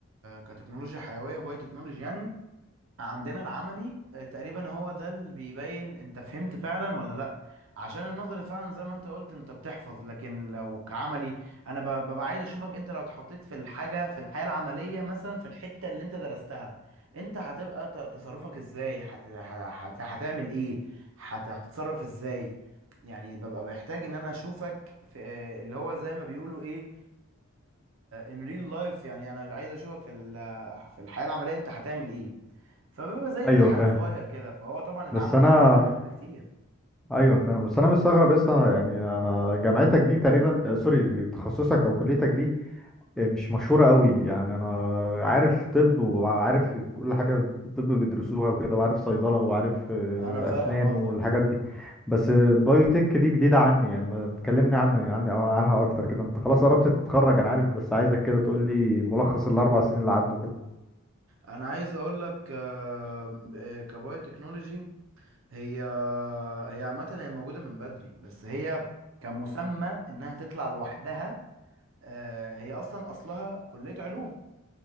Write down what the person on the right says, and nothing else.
كتكنولوجيا حيوية باي تكنولوجي يعني عندنا العملي آه، تقريبا هو ده اللي بيبين انت فهمت فعلا ولا لا عشان النظري فعلا زي ما انت قلت انت بتحفظ لكن لو كعملي انا ب- ببقى عايز اشوفك انت لو اتحطيت في الحاجة في الحياة العملية مثلا في الحتة اللي انت درستها انت هتبقى ت- تصرفك ازاي هت... هت... هت... هتعمل ايه هت... هتتصرف ازاي يعني ببقى محتاج ان انا اشوفك في آه، اللي هو زي ما بيقولوا ايه ان ريل لايف يعني انا عايز اشوفك في ال... في الحياة العملية انت هتعمل ايه فبيبقى زي امتحان
صغير كده فهو طبعا العملي
بيبقى اهم بكتير
انا فاهم
قصدك
انا فاهم
قصدك
انا عايز اقول لك آه، ب- آه، كبايو تكنولوجي هي هي عامه هي موجوده من بدري بس هي كمسمى انها تطلع لوحدها آه، هي اصلا اصلها كليه علوم